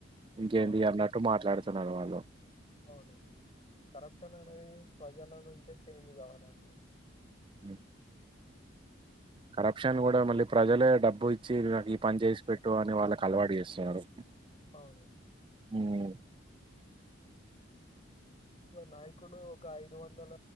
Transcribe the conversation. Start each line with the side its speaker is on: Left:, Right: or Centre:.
Right: ఇంకేంటి
Left: అవునండి
Right: అన్నట్టు మాట్లాడుత్ వాళ్ళలో
Left: అవును కరప్షన్ అనేది ప్రజల నుంచే చేంజ్ కావాలండి.
Right: హ్మ్ కరప్షన్ కూడా మళ్ళీ ప్రజలే డబ్బు ఇచ్చి ఈ పని చేసి పెట్టు అని వాళ్ళకి అలవాటు చేస్తున్నారు.
Left: అవును
Right: ఉమ్
Left: నాయకులు ఒక ఐదు వం ందల